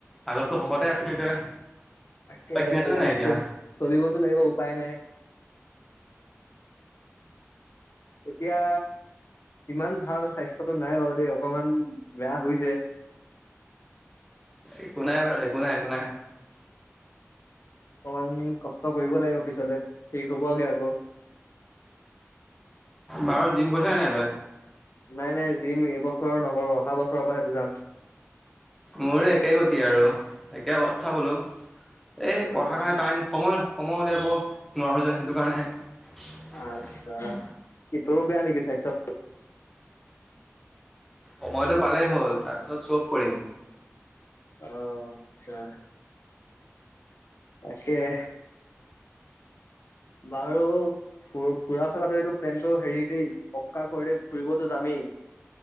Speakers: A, in the centre; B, on the left.
A: আগততো শকতে আছিলি তই।
B: তাকেহে
A: তই ক্ষীণাইছ
B: দিয়া
A: নে নাই এতিয়া
B: চোন, চলিবতো লাগিব উপায় নাই। এতিয়া, কিমান খাউচ? স্বাস্থ্যতো নাই বাৰু দেই, অকনমান বেয়া হৈছে দে।
A: একো নাই বাৰু একো নাই, একো নাই।
B: অকমানি কষ্ট কৰিব লাগিব পিছলৈ ঠিক হ'ব গে আকৌ।।
A: বাৰু জিম গৈছে নাই নাই তই
B: নাই নাই জিম এইবছৰ নকৰো। অহা বছৰৰ পৰা হে যাম।
A: মোৰো একে গতি আৰু, একে অৱস্থা বোলো। এই
B: আহ
A: পঢ়া কাৰণে টাইম সময়, সময় সময় উলিয়াব নোৱাৰো যে সেইটো কাৰণেহে।
B: আচ্ছা কি তোৰো বেয়া নেকি স্বাস্থ্য
A: সময়টো পালেই হ'ল। তাৰপিছত চব কৰিম।
B: অ আচ্ছা তাকেই। বাৰু ফু ফুৰা চকাটো এইটো প্লেনটো হেৰি দেই পক্কা কৰি দেই ফুৰিবতো যামেই